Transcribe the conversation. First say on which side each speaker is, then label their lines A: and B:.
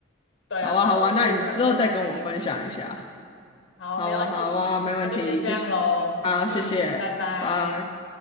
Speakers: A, on the left; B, on the left.
A: 对啊，
B: 好啊，
A: 对啊，
B: 好啊，
A: 我可以下次再分享给你听。
B: 那你之后再跟我分享一下。
A: 好，
B: 好啊，
A: 没问题，
B: 好啊，没问题，
A: 那就先这样喽。
B: 谢谢。好，
A: 嗯，
B: 谢谢，
A: 拜拜。
B: 拜。